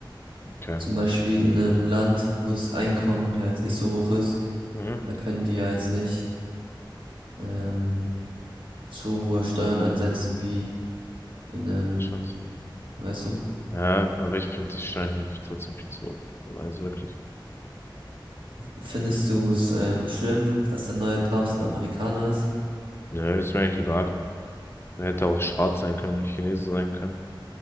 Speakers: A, on the left; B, on the right.
A: Okay.
B: Zum Beispiel in einem Land, wo das Einkommen ja jetzt nicht so hoch ist,
A: Mhm.
B: da können die ja jetzt nicht ähm, so hohe Steuern ansetzen wie in einem
A: Spannend.
B: Weißt du?
A: Ja, aber ich finde die Steinhilfe trotzdem viel zu hoch. Also wirklich.
B: Findest du es ähm, schlimm, dass der neue Papst ein Amerikaner ist?
A: Nö, ist mir eigentlich egal. Er hätte auch schwarz sein können, oder Chinese sein können.